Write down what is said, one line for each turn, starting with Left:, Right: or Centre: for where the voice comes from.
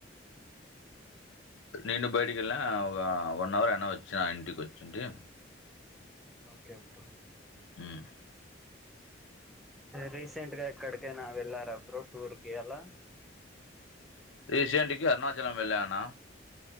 Centre: ఆ
Left: నేను బయటికి వెళ్ళా ఒగ వన్ అవర్ అయినా వచ్చినా ఇంటికి వచ్చింటి
Centre: ఓకే బ్రో
Left: మ్మ్
Centre: రీసెంట్గా ఎక్కడికైనా వెళ్ళారా బ్రో టూర్కి అలా
Left: రీసేంటికి అరుణాచలం వెళ్ళనన్నా